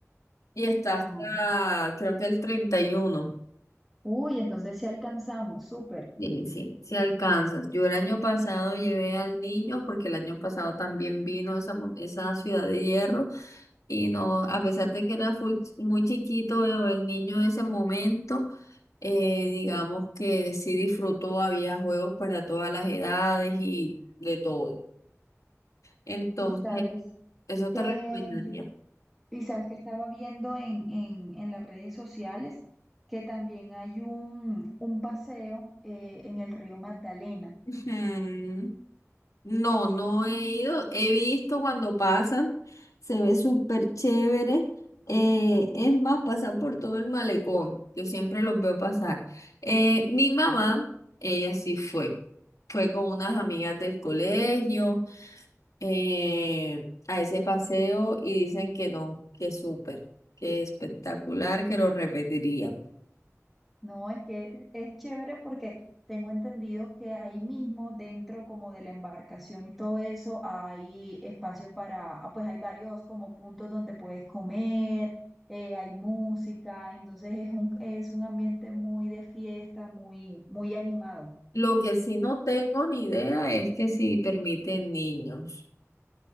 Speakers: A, on the left; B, in the centre.
A: Y está hasta,
B: Ah,
A: creo que el 31.
B: uy, entonces sí alcanzamos, súper.
A: Sí, sí, sí alcanzas. Yo el año pasado llevé al niño porque el año pasado también vino esa, mon- esa ciudad de hierro y no, a pesar de que era full- muy chiquito eh, el niño en ese momento, eh, digamos que sí disfrutó, había juegos para todas las edades y de todo. Entonces,
B: ¿Y sabes
A: eso te
B: que,
A: recomendaría.
B: y sabes que estaba viendo en, en, en las redes sociales que también hay un, un paseo eh, en el río Magdalena?
A: Ujú. No, no he ido. He visto cuando pasan. Se ve súper chévere. Eh, es más, pasan por todo el malecón. Yo siempre los veo pasar. Eh, mi mamá, ella sí fue. Fue con unas amigas del colegio eh, a ese paseo y dicen que no, que súper, que espectacular, que lo repetirían.
B: No, es que es chévere porque tengo entendido que ahí mismo, dentro como de la embarcación y todo eso, hay espacio para, ah, pues hay varios como puntos donde puedes comer, eh, hay música, entonces es un, es un ambiente muy de fiesta, muy, muy animado.
A: Lo que sí no tengo ni idea es que si permiten niños.